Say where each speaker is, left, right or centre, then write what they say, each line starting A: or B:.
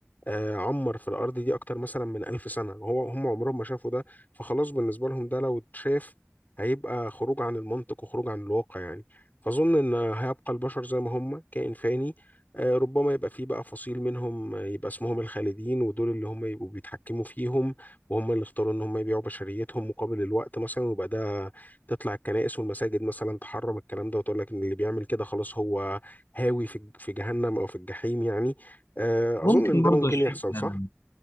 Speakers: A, on the left; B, on the left.
A: آه، عمر في الأرض دي أكتر مثلا من ألف سنة هو هم عمرهم ما شافوا ده فخلاص بالنسبة لهم ده لو اتشاف هيبقى خروج عن المنطق وخروج عن الواقع يعني فأظن إن هيبقى البشر زي ما هم كائن فاني آه، ربما يبقى فيه بقى فصيل منهم آه، يبقى اسمهم الخالدين ودول اللي هم يبقوا بيتحكموا فيهم وهم اللي اختاروا إن هم يبيعوا بشريتهم مقابل الوقت مثلا ويبقى ده تطلع الكنائس والمساجد مثلا تحرم الكلام ده وتقول لك إن اللي بيعمل كده خلاص هو هاوي في في جهنم أو في الجحيم يعني آه،
B: ممكن
A: أظن إن ده
B: برضو
A: ممكن
B: الشيء
A: يحصل
B: أنا
A: صح؟